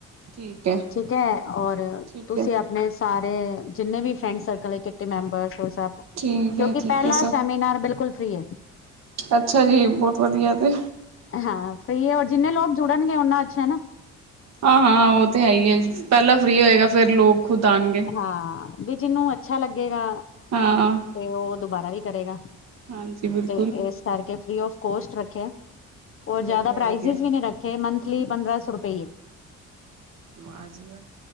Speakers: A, on the right; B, on the left.
A: ਠੀਕ ਹੈ,
B: ਠੀਕ ਹੈ! ਔਰ
A: ਠੀਕ
B: ਤੁਸੀਂ
A: ਹੈ,
B: ਆਪ ਮੈ ਸਾਰੇ ਜਿੰਨੇ ਵੀ ਫਰੈਂਡ ਸਰਕਲ ਏ ਕਿੱਟੀ ਮੈਂਬਰਸ ਹੋਰ ਸਭ
A: ਠੀਕ
B: ਕਿਉਂਕਿ
A: ਹੈ, ਠੀਕ
B: ਪਹਿਲਾ
A: ਹੈ ਸਭ
B: ਸੈਮੀਨਾਰ ਬਿਲਕੁਲ ਫ੍ਰੀ ਐ।
A: ਅੱਛਾ ਜੀ, ਬਹੁਤ ਵਧ ਧੀਆ ਤੇ
B: ਹਾਂ ਸਹੀ ਐ, ਔਰ ਜਿੰਨੇ ਲੋਕ ਜੁੜਨਗੇ ਉਨਾ ਅੱਛਾ ਹੈ ਨਾ।
A: ਹਾਂ-ਹਾਂ ਉਹ ਤੇ ਹੈ ਹੀ ਐ, ਪਹਿਲਾਂ ਫ੍ਰੀ ਹੋਏਗਾ, ਫੇਰ ਲੋਕ ਖੁਦ ਆਣਗੇ।
B: ਹਾਂ, ਵੀ ਜਿਹਨੂੰ ਅੱਛਾ ਲੱਗੇਗਾ
A: ਹਾਂ।
B: ਤੇ ਉਹ ਦੁਬਾਰਾ ਵੀ ਕਰੇਗਾ,
A: ਹਾਂਜੀ ਬਿਲਕੁਲ
B: ਤੇ ਏਸ ਕਰਕੇ ਫਰੀ ਆਫ ਕੋਸਟ ਰੱਖਿਆ, ਔਰ
A: ਵਧੀਆ-ਵਧੀਆ
B: ਜਿਆਦਾ ਪਰਾਇਜਇਜ਼ ਵੀ ਨੀ ਰੱਖ ਥੇ ਮੰਥਲੀ ਪੰਦਰਾਂ ਸੌ ਰੁਪਈਏ।
A: ਵਾ ਜੀ ਵਾ